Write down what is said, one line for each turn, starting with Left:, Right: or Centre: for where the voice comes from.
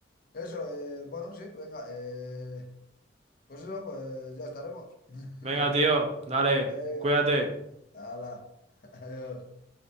Left: eso, eh, bueno, sí, venga, eh, pues eso, pues ya estaremos, <laughs>
Right: Venga,
Left: no sé.
Right: tío, dale,
Left: Venga,
Right: cuídate.
Left: hala, <laughs> adiós.